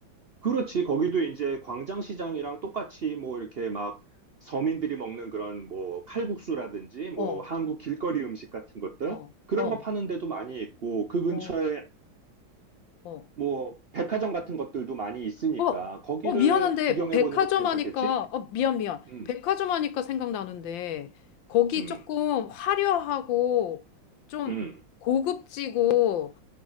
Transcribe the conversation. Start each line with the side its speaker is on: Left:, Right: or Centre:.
Right: 그렇지. 거기도 이제 광장시장이랑 똑같이 뭐 이렇게 막 서민들이 먹는 그런 뭐 칼국수라든지 뭐
Left: 어,
Right: 한국 길거리 음식 같은 것들
Left: 어,
Right: 그런
Left: 어,
Right: 거 파는 데도 많이 있고 그 근처에
Left: 어, 어.
Right: 뭐 백화점 같은 것들도 많이 있으니까
Left: 어,
Right: 거기를
Left: 어, 미안한데,
Right: 구경해
Left: 백화점
Right: 보는 것도 괜찮겠지?
Left: 하니까, 어, 미안, 미안.
Right: 음,
Left: 백화점 하니까 생각나는데, 거기
Right: 음,
Left: 조금 화려하고, 좀
Right: 음,
Left: 고급지고,